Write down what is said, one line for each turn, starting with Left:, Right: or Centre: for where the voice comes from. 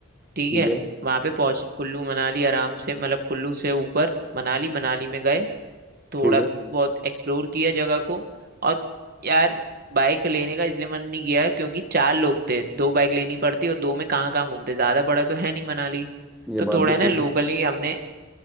Right: ठीक
Centre: ठीक
Right: है
Centre: है
Right: वहां पे पहुंच कुल्लू मनाली आराम से मतलब कुल्लू से ऊपर मनाली मनाली में गए थोड़ा
Centre: ठीक है
Right: बहुत एक्सप्लोर किया जगह को और यार बाइक लेने का इसलिए मन नहीं किया है क्योंकि चार लोग थे दो बाइक लेनी पड़ती और दो में कहाँ कहाँ घूमते ज्यादा बड़ा तो है नहीं मनाली
Centre: ये
Right: तो
Centre: बात
Right: थोड़ा
Centre: भी
Right: है ना
Centre: ठीक
Right: लोकली
Centre: है
Right: हमने